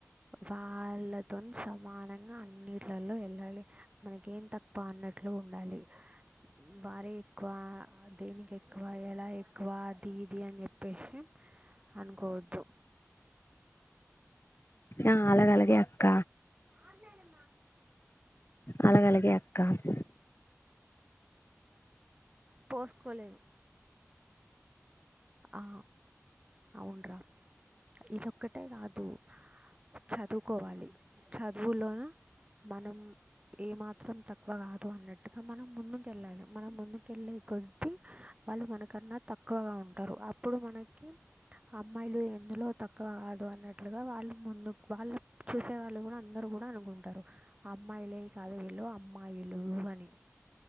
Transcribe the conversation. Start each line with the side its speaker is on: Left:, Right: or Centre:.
Right: వాళ్ళతో సమానంగా అన్నిటిలో వెళ్ళాలి మనకేం తక్కువ అన్నట్లు ఉండాలి వారే ఎక్కువ దేనికి ఎక్కువ ఎలా ఎక్కువ అది ఇది అని చెప్పేసి అనుకోవద్దు
Left: ఆ అలాగ అలాగే అక్క
Right: అన్నాడమ్
Left: అలాగ అలాగే అక్క అవు
Right: పోసుకోలేదు ఆ అవున్రా ఇదిక్కటే కాదు చదువుకోవాలి చదువులోన మనం ఏమాత్రం తక్కువ కాదు అన్నట్టుగా మనం ముందుకు వెళ్ళాలి మనం ముందుకెళ్ళే కొద్ద్ వాళ్ళు మనకన్నా తక్కువ తక్కువగా ఉంటారు అప్పుడు మనకి అమ్మాయిలు ఎందులో తక్కువ కాదు అన్నట్లుగా వాళ్ళు ముందు వాళ్ళు చూసే వాళ్ళు కూడా అందరుూ కూడా అనుకుంటారు అమ్మాయిలే కాదు వీళ్ళు అమ్మాయిలు అని